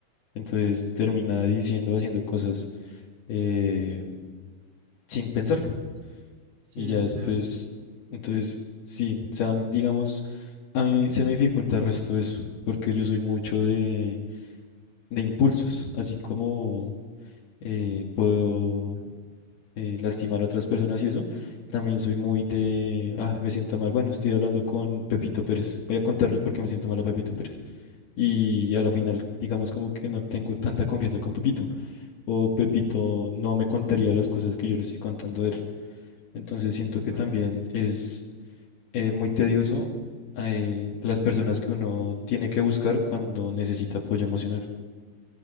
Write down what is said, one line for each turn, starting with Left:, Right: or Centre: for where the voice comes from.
Left: entonces termina diciendo, haciendo cosas eh, sin pensarlo.
Right: sí
Left: Y ya
Right: es
Left: después,
Right: real,
Left: entonces, sí, o sea, digamos, a mí se me dificulta el resto de eso, porque yo soy mucho de, de impulsos, así como eh, puedo eh, lastimar a otras personas y eso, también soy muy de, ah, me siento mal, bueno, estoy hablando con Pepito Pérez, voy a contarle por qué me siento mal a Pepito Pérez. Y a la final, digamos como que no tengo tanta confianza con Pepito, o Pepito no me contaría las cosas que yo le estoy contando a él. Entonces siento que
Right: claro.
Left: también es eh, muy tedioso eh, las personas que uno tiene que buscar cuando necesita apoyo emocional. <laughs>